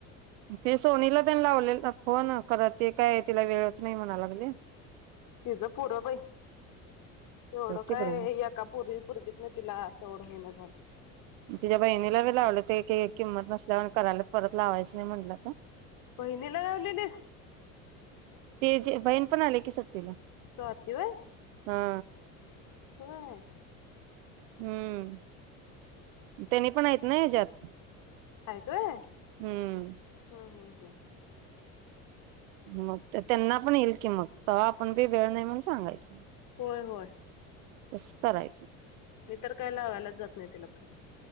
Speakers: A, on the right; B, on the left.
A: ते सोनीला तेन लावलेला फोन खरं ते काय तिला वेळच नाही म्हणाय लागली.
B: तिज पुर बई. एवढं
A: तिकडं
B: काय एका पोरी पुरगीतन तिला सवड होईना झालय
A: तिच्या बहिणीला बी लावल ते का किंमत नसल्यावर कराल्या. परत लावायचं नाही म्हणलं आता.
B: बहिणीला लावलीलीस?
A: ते जे बहीण पण आले की स तिला
B: स्वाती
A: हा....
B: व्हय...
A: हम्म त्यांनी पण आहेत ना ह्याज्यात
B: आहेत व्हय
A: हम्म...
B: हं हं हं
A: मग ते त्यांना पण येईल की मग..... तवा आपण बी वेळ नाही म्हणून सांगायचं.....
B: होय होय.
A: तसं करायचं
B: मी तर काय लावायलाच जात नाही तिला फो.....